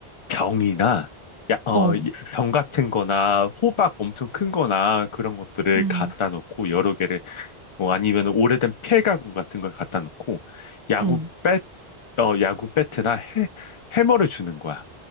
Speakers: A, on the left (about 55°); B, on the right (about 25°).
A: 병이나 야, 어,
B: 어,
A: 이- 병 같은 거나 호박 엄청 큰 거나 그런 것들을
B: 음,
A: 갖다 놓고 여러 개를 뭐 아니면 오래된 폐가구 같은 걸 갖다 놓고 야구
B: 음,
A: 배, 어, 야구 배트나 해, 해머를 주는 거야.